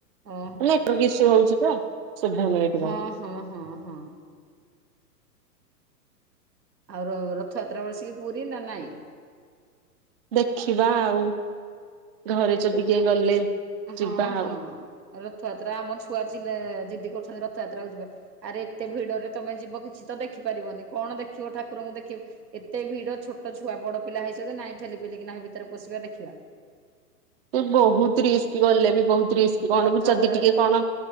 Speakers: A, on the right; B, on the right.
A: ଓହୋ
B: ନେଟ୍ରୁ କ୍ ଇଶୁ ହଉଚୀ ତ ସ ସବୁନି ଏଇଥିପାଇଁ।
A: ହଁ ହଁ ହଁ ହଁ। ଆଉ ର ରଥଯାତ୍ରା ବସିକି ପୁରୀ ନା ନାଇଁ।
B: ଦେଖିବା ଆଉ ଘରେ
A: ଏପ
B: ଯଦି କିଏ ଗଲେ ଯିବା
A: ହଁ ହଁ
B: ଆଉ।
A: ରଥଯାତ୍ରା ଆମ ଛୁଆ ଚିଲେ ଯିଦି କରୁଛନ୍ତି ରଥଯାତ୍ରାକୁୁ ଯିବା ଆରେ ଏତେ ଭିଡରେ ତମେ ଯିବ କିଛି ତ ଦେଖିପାରିବନି କଣ ଦେଖିବ ଠାକୁରଙ୍କୁ ଦେଖିବ। ଏତେ ଭିଡ ଛୋଟ ଛୁଆ ବଡ ପିଲା ହେଇଚନ୍ତି ନାଇଁ ଠେଲି ପିଲି ନା ଭିତରେ ପସିବା ଦେଖିବା।
B: ତ ବହୁତ ରିସ୍କି ଗଲେ ବି ବହୁତ ରିସ୍କି ଗହଳିକୁ
A: ରଥଯାତ୍ରା
B: ଯଦି ଟିକେ କଣ